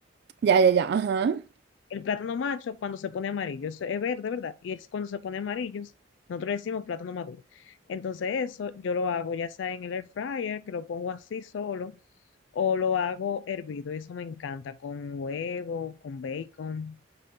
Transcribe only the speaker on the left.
El plátano macho cuando se pone amarillo, eso es verde, ¿verdad? Y es cuando se pone amarillo, nosotros le decimos plátano maduro. Entonces eso yo lo hago ya sea en el air fryer, que lo pongo así solo, o lo hago hervido, y eso me encanta, con huevo, con bacon.